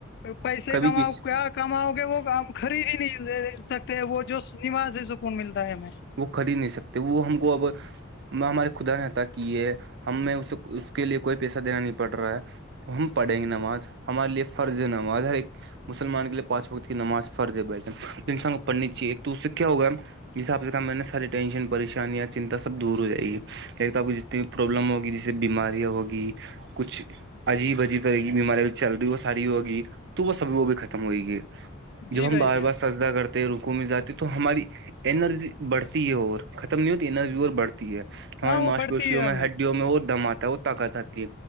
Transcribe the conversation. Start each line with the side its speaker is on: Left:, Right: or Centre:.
Left: پیسے
Right: کبھی
Left: کماؤ
Right: کسی
Left: کیا کماؤ گے وہ کام خرید ہی نہیں لے سکتے وہ جو نماز سے سکون ملتا ہے ہمیں
Right: وہ کی نہیں سکتے وہ ہم کو اب میں ہمارے خدا نے عتا کی ہے ہمیں اسے اس کے لیے کوئی پیسہ دینا نہیں پڑ رہا ہے ہم پڑھیں گے نماز ہمارے لیے فرض نماز ہر ایک مسلمان کےے پانچ وقت کی نماز فرض بیٹھے انسان کو پڑھنی چاہی ایک توسے کیا ہوگا حساب سے میں نے ساری ٹینشن پریشانیاں چنتا سب دور ہو جائے گی ایک تو آپ کو جتنی پرابلم ہوگی جیسے بیمارییا ہوگی کچھ عجیب عجیب رہے گی بیماری چل رہی وہ ساری ہوگی تو وہ سب وہ بھی ختم ہوئے گی جب
Left: جی
Right: ہم
Left: بھائی
Right: بار
Left: جان
Right: بار سزدا کرتے رک میں جاتی تو ہماری ارجی بڑتی ہے اور ختم نہیں ہوتی انرجی بڑھتی ہے ہماریے
Left: ہاں وہ
Right: ماش
Left: پڑتی
Right: پیوشیوں
Left: ہے ہمیں
Right: میں ہڈیوں میں اور دم آاتتا ہے وہ جاتتی